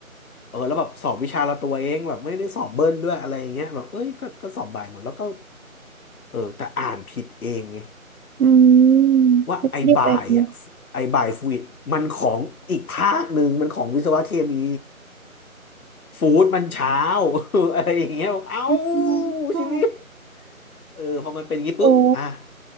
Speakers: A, on the left; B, on the right.
A: เออแล้วแบบสอบวิชาละตัวเองแบบไม่ได้สอบเบิ้ลด้วยอะไรอย่างเงี้ยแบบเอ้ยก็ก็สอบบ่ายหมดแล้วก็เออแต่อ่านผิดเองไง
B: อืม
A: ว่าไอ้บ่ายอ่ะไอ้บ่ายฟูดมันของอีกภาคหนึ่งมันของวิศวะเคมี
B: นิดเดียวเอง
A: ฟู้ดมันเช้า <laughs> อะไรอย่างเงี้ยบอกเอ้า
B: อ๋อ
A: ชีวิต เออพอมันเป็นอย่างนี้ปุ๊บอ่ะ
B: โอ้